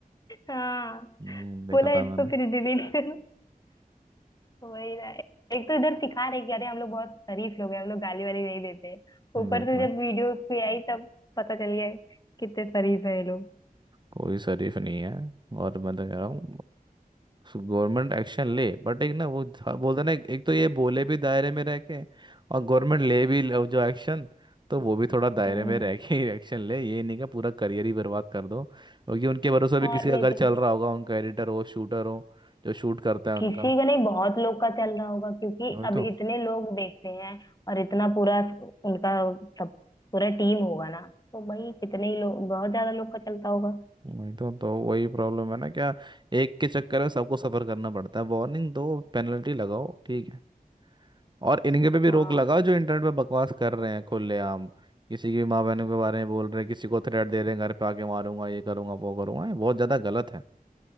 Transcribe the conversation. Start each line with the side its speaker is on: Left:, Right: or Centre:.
Left: हाँ
Right: हम्म देखा
Left: बोला
Right: था मैंने
Left: इसको फिर डिलीट करो वही ना एक तो इधर सिखा रहे कि अरे हम लोग बहुत शरीफ लोग हैं हम लोग गाली वाली नहीं देते
Right: हम्म,
Left: ऊपर
Right: देखा
Left: से जब वीडियो पे आई तब पता चल गया कितने शरीफ है ये लोग
Right: कोई शरीफ नहीं है और मैं तो कह रहा हूँ गवर्नमेंट एक्शन ले बट एक ना वो था- बोलते ना एक एक तो ये बोले भी दायरे में रह के और गवर्नमेंट ले भी लो जो एक्शन तो वो भी थोड़ा दायरे
Left: हम्म
Right: में रह के ही एक्शन ले ये नहीं कि पूरा करियर ही बर्बाद कर दो क्योंकि उनके भरोसे भी
Left: और
Right: किसी का
Left: नहीं
Right: घर
Left: तो
Right: चल
Left: क्या।
Right: रहा होगा उनका एडिटर हो शूटर हो जो शूट करता है उनका
Left: किसी का नहीं बहुत लोग का चल रहा होगा क्योंकि
Right: वही
Left: अब
Right: तो
Left: इतने लोग देखते हैं और इतना पूरा उनका सब पूरा टीम होगा ना तो भाई कितने ही लोग बहुत ज्यादा लोग का चलता होगा
Right: वही तो तो वही प्रॉब्लम है ना क्या एक के चक्कर में सबको सफर करना पड़ता है वार्निंग दो पेनल्टी लगाओ ठीक है और इनके पे भी
Left: हम्म
Right: रोक लगाओ जो इंटरनेट पे बकवास कर रहे हैं खुलेआम किसी की माँ बहनों के बारे में बोल रहे हैं किसी को थ्रेट दे रहे हैं घर पे आके मारूंगा ये करूंगा वो करूंगा ये बहुत ज्यादा गलत है